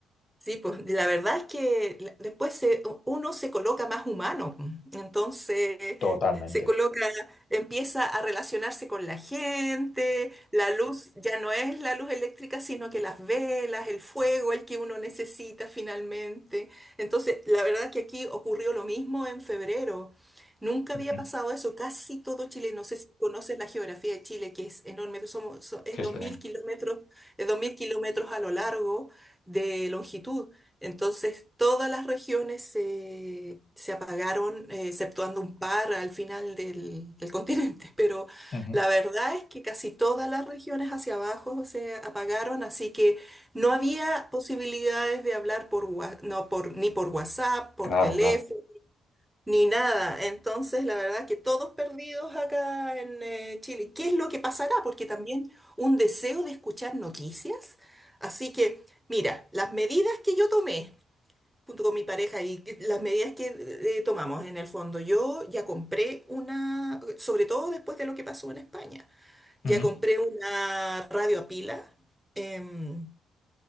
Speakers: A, in the centre; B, on the left (about 50°).
A: Sí, pues la verdad es que la- después se- uno se coloca más humano, pues. entonces
B: Totalmente.
A: se coloca, empieza a relacionarse con la gente, la luz ya no es la luz eléctrica, sino que las velas, el fuego, el que uno necesita finalmente. Entonces, la verdad es que aquí ocurrió lo mismo en febrero. Nunca
B: Ujú.
A: había pasado eso, casi todo Chile, no sé si conoces la geografía de Chile, que es enorme, somos, so- es
B: Sí,
A: dos
B: sí.
A: mil kilómetros, es 2.000 kilómetros a lo largo de longitud. Entonces, todas las regiones se, se apagaron, eh, exceptuando un par al final del, del <laughs> continente. Pero
B: Ujú,
A: la verdad es que casi todas las regiones hacia abajo se apagaron, así que no había posibilidades de hablar por, wa- no, por, ni por WhatsApp, por
B: Claro,
A: teléfono
B: claro.
A: ni nada. Entonces, la verdad que todos perdidos acá en eh, Chile. ¿Qué es lo que pasará? Porque también un deseo de escuchar noticias. Así que, mira, las medidas que yo tomé junto con mi pareja y que- las medidas que eh, eh, tomamos en el fondo, yo ya compré una, sobre todo después de lo que pasó en España, ya
B: ujú,
A: compré una radio a pila. em,